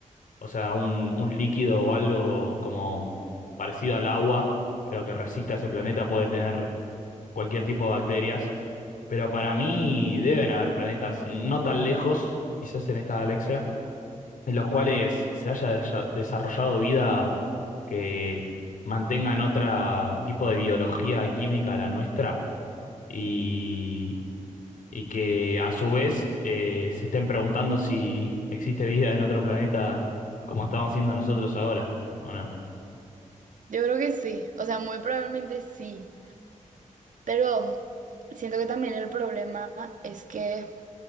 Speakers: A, on the left (about 85°); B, on the right (about 70°).
A: o sea, un, un líquido o algo como parecido al agua, pero que resista a ese planeta, puede tener cualquier tipo de bacterias. Pero para mí deben haber planetas no tan lejos, quizás en esta galaxia en los cuales se haya desa- desarrollado vida que mantengan otro tipo de biología y química a la nuestra y, y que a su vez eh, se estén preguntando si existe vida en otro planeta como estamos haciendo nosotros ahora, ¿o no?
B: Yo creo que sí, o sea, muy probablemente sí, pero siento que también el problema es que